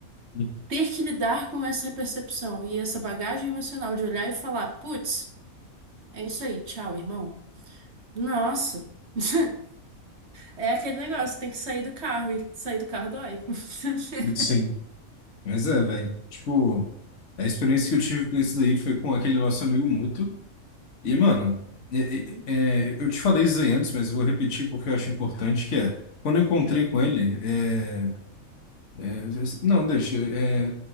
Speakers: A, on the left; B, on the right.
A: Uhum.
B: ter que lidar com essa percepção e essa bagagem emocional de olhar e falar, putz, é isso aí, tchau, irmão. Nossa. <laughs> É aquele negócio, tem que sair do carro e sair do carro dói. <laughs>
A: Sim, mas é, velho. Tipo, a experiência que eu tive com isso daí foi com aquele nosso amigo mútuo. E, mano, é-
B: Uhum.
A: é- é, eu te falei isso aí antes, mas eu vou repetir porque eu acho importante, que é, quando eu encontrei com ele, é, é, não, deixa. É, é,